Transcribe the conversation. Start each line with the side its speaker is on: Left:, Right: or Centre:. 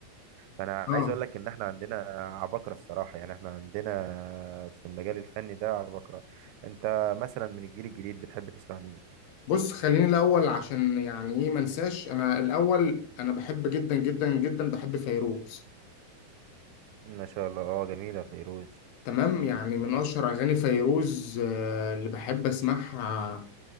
Right: فانا
Left: اه
Right: عايز اقول لك ان احنا عندنا عباقرة الصراحة يعني احنا عندنا في المجال الفني ده عباقرة انت مثلا من الجيل الجديد بتحب تسمع مين
Left: بص خليني الاول عشان يعني ايه ما انساش انا الاول انا بحب جدا جدا جدا بحب فيروز
Right: ما شاء الله اه جميلة فيروز
Left: تمام يعني من اشهر اغاني فيروز آه، اللي بحب اسمعها